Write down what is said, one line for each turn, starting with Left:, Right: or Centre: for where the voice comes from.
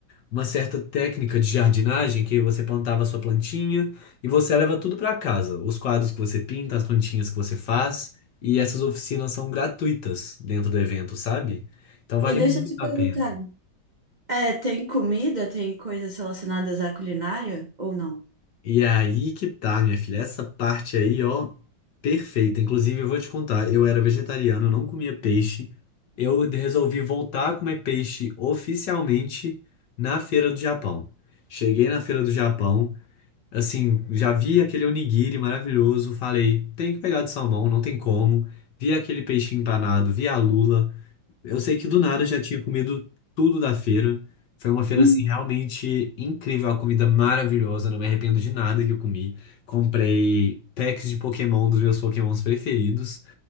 Left: uma certa técnica de jardinagem que você plantava a sua plantinha e você leva tudo para casa. Os quadros que você pinta, as plantinhas que você faz, e essas oficinas são gratuitas dentro do evento, sabe? Então vale
Right: E deixa
Left: muito
Right: eu te perguntar.
Left: a pena.
Right: É, tem comida? Tem coisas relacionadas à culinária ou não?
Left: E é aí que tá, minha filha, essa parte aí, ó, perfeita. Inclusive, eu vou te contar, eu era vegetariano, eu não comia peixe. Eu resolvi voltar a comer peixe oficialmente na Feira do Japão. Cheguei na Feira do Japão, Assim, já vi aquele onigiri maravilhoso, falei, tem que pegar de salmão, não tem como. Vi aquele peixinho empanado, vi a lula. Eu sei que do nada eu já tinha comido tudo da feira. Foi uma feira,
Right: Hum.
Left: assim, realmente incrível, a comida maravilhosa, não me arrependo de nada que eu comi. Comprei packs de Pokémon dos meus Pokémons preferidos.